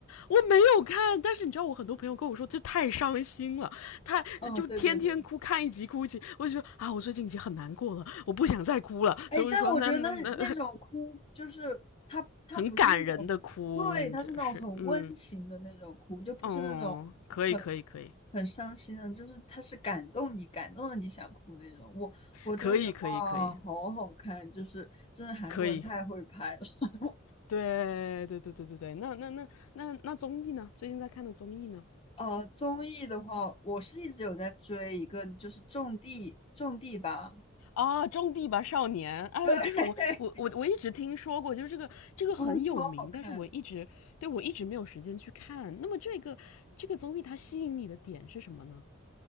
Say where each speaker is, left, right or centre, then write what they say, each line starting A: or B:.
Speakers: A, on the left; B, on the left.
A: 我没有看，但是你知道我很多朋友跟我说，这太伤心了，太就天天哭，
B: 嗯，对对对，
A: 看一集哭一集，我就说啊，我最近已经很难过了，我不想再哭了，
B: 哎，
A: 所以我就说那那那
B: 但我觉得那那种哭就是他他不是那种，
A: <laughs> 很感人的哭，
B: 对，
A: 你这是嗯
B: 他是那种很温情的那种哭，就不是那种很
A: 哦，可以可以可以
B: 很伤心的，就是他是感动你，感动的你想哭那种。我我真的觉得哇，
A: 可以可以可以
B: 好好看，就是真的韩国人太会拍了。
A: 可以，
B: <laughs>
A: 对对对对对对，那那那那那综艺呢？最近在看的综艺呢？
B: 呃，综艺的话，我是一直有在追一个，就是《种地》，种地吧，
A: 啊，《种地吧少年》！哎呦就是我我我我一直听说过，
B: 对，<laughs>
A: 就是这个这个很有名，
B: 哦，超好看。
A: 但是我一直对我一直没有时间去看。那么这个这个综艺它吸引你的点是什么呢？